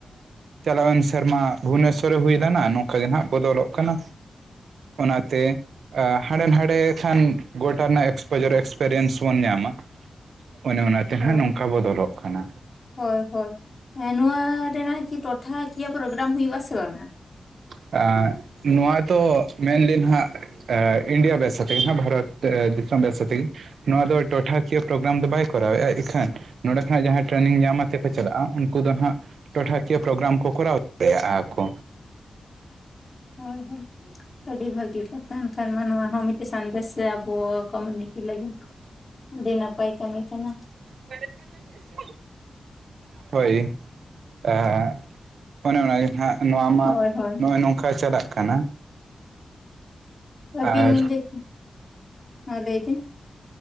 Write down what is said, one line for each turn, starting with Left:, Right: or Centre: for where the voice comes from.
Right: ᱪᱟᱞᱟᱣᱮᱱ ᱥᱮᱨᱢᱟ ᱵᱷᱩᱵᱚᱱᱮᱥᱥᱚᱨ ᱨᱮ ᱦᱩᱭ ᱞᱮᱱᱟ ᱱᱚᱝᱠᱟ ᱜᱮ ᱱᱟᱦᱟᱜ ᱵᱚᱫᱚᱞᱚᱜ ᱠᱟᱱᱟ ᱚᱱᱟᱛᱮ ᱦᱟᱸᱰᱮ ᱱᱟᱰᱮ ᱠᱷᱟᱱ ᱜᱚᱴᱟ ᱨᱮᱱᱟᱜ ᱮᱠᱥᱯᱚᱡᱟᱨ ᱮᱠᱥᱯᱨᱤᱭᱮᱱᱥ ᱵᱚᱱ ᱧᱟᱢᱟ ᱚᱱᱮ ᱚᱱᱟᱛᱮ
Left: ᱦᱳᱭ
Right: ᱦᱟᱸᱜ ᱱᱚᱝᱠᱟ ᱵᱚᱫᱚᱞᱚᱜ ᱠᱟᱱᱟ
Left: ᱦᱳᱭ ᱦᱳᱭ ᱱᱚᱣᱟ ᱨᱮᱱᱟᱜ ᱠᱤ ᱴᱚᱴᱷᱟ ᱠᱤᱭᱟᱹ ᱯᱨᱳᱜᱨᱟᱢ ᱦᱩᱭᱩᱜ ᱟᱥᱮ ᱵᱟᱝᱼᱟ
Right: ᱟᱜ ᱱᱚᱣᱟ ᱛᱚ ᱢᱮᱱ ᱞᱮᱜ ᱤᱧ ᱦᱟᱜ᱾ ᱮᱜ ᱤᱱᱰᱤᱭᱟ ᱵᱮᱥ ᱟᱛᱮᱜ ᱜᱮ ᱦᱟᱜ ᱵᱷᱟᱨᱚᱛ ᱛᱮ ᱫᱤᱥᱚᱢ ᱵᱮᱥ ᱟᱛᱮ ᱜᱮ ᱱᱚᱣᱟ ᱫᱚ ᱴᱚᱴᱷᱟ ᱠᱤᱭᱟᱹ ᱯᱨᱳᱜᱨᱟᱢ ᱫᱚ ᱵᱟᱭ ᱠᱚᱨᱟᱣ ᱮᱜ-ᱟ ᱮᱠᱷᱟᱱ ᱱᱚᱸᱰᱮ ᱠᱷᱚᱱᱟᱜ ᱡᱟᱦᱟᱸᱭ ᱴᱨᱮᱱᱤᱝ ᱧᱟᱢ ᱟᱛᱮᱫ ᱠᱚ ᱪᱟᱞᱟᱜ-ᱟ ᱩᱱᱠᱩ ᱫᱚ ᱱᱟᱦᱟᱜ ᱴᱚᱴᱷᱟᱠᱤᱭᱟᱹ ᱯᱨᱳᱜᱨᱟᱢ ᱠᱚ ᱠᱚᱨᱟᱣ ᱫᱟᱲᱮᱭᱟᱜ-ᱟ ᱠᱚ᱾
Left: ᱦᱳᱭ ᱦᱳᱭ ᱟᱹᱰᱤ ᱵᱷᱟᱹᱜᱤ ᱠᱟᱛᱷᱟ ᱮᱱᱠᱷᱟᱱ ᱢᱟ ᱱᱚᱣᱟ ᱦᱚᱸ‌ ᱢᱤᱫ ᱥᱟᱸᱫᱮᱥ ᱥᱮ ᱟᱵᱚ ᱠᱚᱢᱤᱩᱱᱤᱴᱤ ᱞᱟᱹᱜᱤᱫ ᱟᱹᱰᱤ ᱱᱟᱯᱟᱭ ᱠᱟᱹᱢᱤ ᱠᱟᱱᱟ
Right: <inaudible> ᱦᱳᱭ ᱟᱜᱻ ᱚᱱᱮ ᱚᱱᱟᱜᱮ ᱱᱟᱦᱟᱜ ᱱᱚᱣᱟ ᱢᱟ
Left: ᱦᱳᱭ ᱦᱳᱭ
Right: ᱱᱚᱜᱼᱚᱭ ᱱᱚᱝᱠᱟ ᱪᱟᱞᱟᱜ ᱠᱟᱱᱟ
Left: ᱟᱹᱵᱤᱱ
Right: ᱟᱨ
Left: <unintelligible> ᱢᱟ ᱞᱟᱹᱭ ᱵᱤᱱ